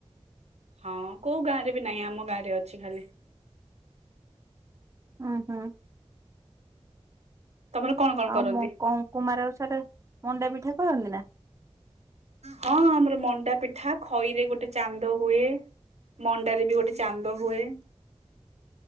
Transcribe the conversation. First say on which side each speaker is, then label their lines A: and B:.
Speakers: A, on the right; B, on the right.
A: ହଁ କୋଉ ଗାଁ ରେ ବି ନାହିଁ ଆମ ଗାଁରେ ଅଛି ଖାଲି
B: ଉହୁଁ।
A: ତମର କଣ କଣ
B: ଆଉ
A: କରନ୍ତି?
B: ମୁ କଣ କୁମାର ଓଷାରେ ମଣ୍ଡା ପିଠା କରନ୍ତି ନା
A: ହଁ ଆମର ମଣ୍ଡା ପିଠା ଖଇରେ ଗୋଟେ ଚାନ୍ଦ ହୁଏ। ମଣ୍ଡାରେ ବି ଗୋଟେ ଚାନ୍ଦ ହୁଏ।